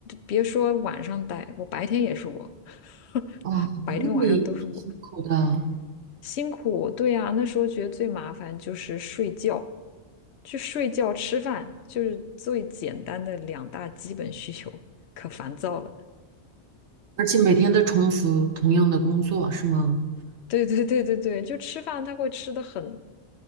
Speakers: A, on the left (about 70°); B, on the right (about 75°).
A: 别说晚上带，我白天也是我，<laughs>
B: 哦，
A: 白天晚上都是我，
B: 那你挺辛苦的，
A: 辛苦。对呀，那时候觉得最麻烦就是睡觉，就睡觉吃饭，就是最简单的两大基本需求，可烦躁了。
B: 而且每天都重复同样的工作，是吗？
A: 对对对对对，就吃饭他会吃的很